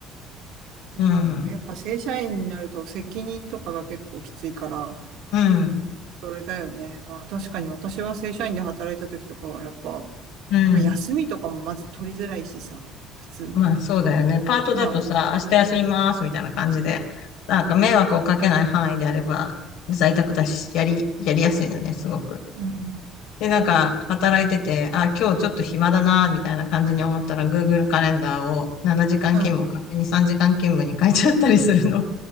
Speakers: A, on the right; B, on the left.
A: まあ、
B: うん。
A: やっぱ正社員になると責任とかが結構きついから、
B: うん。
A: それだよね。まあ確かに私は正社員で働いた時とかはやっぱ、
B: うん。
A: まあ、休みとかもまず取りづらいしさ、普通に。
B: まあ、そうだよね。パートだとさ、
A: まあ、
B: 明日休みますみたいな感じで、なんか迷惑をかけない範囲であれば、在宅だし、やり、やりやすいのね、すごく。
A: うん。
B: で、なんか、働いてて、あ、今日ちょっと暇だな、みたいな感じに思ったら、Google カレンダーを7時間勤務を勝手に3時間勤務に変えちゃったりするの。
A: うん。